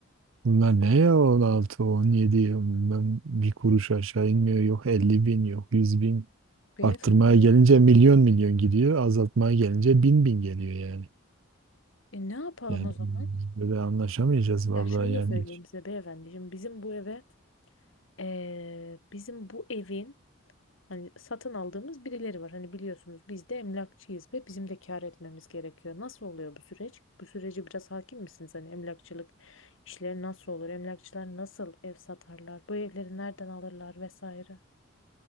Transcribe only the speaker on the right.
Bunlar ne ya 16, 17 bundan bir kuruş aşağı inmiyor. Yok 50 bin yok 100 bin.
Arttırmaya gelince milyon milyon gidiyor. Azaltmaya gelince bin bin geliyor yani.
Yani
böyle anlaşamayacağız vallahi
yani
hiç.